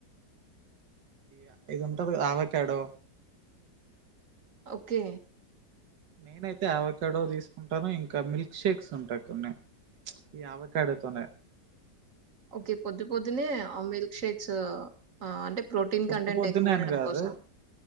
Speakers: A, on the right; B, on the right.
A: ఆ ఇది ఉంటది ఆవకాడో
B: ఓకే
A: నేనయితే ఆవకాడో తీసుకుంటాను ఇంకా మిల్క్ షేక్స్ ఉంటాయి కొన్ని ఈ ఆవకాడతోనే
B: ఓకే పొద్దు పొద్దునే మిల్క్ షేక్స్ ఆ అంటే ప్రోటీన్
A: పొద్దు
B: కంటెంట్
A: పొద్దున్నే
B: ఎక్కువుండడం
A: అని కాదు
B: కోసం.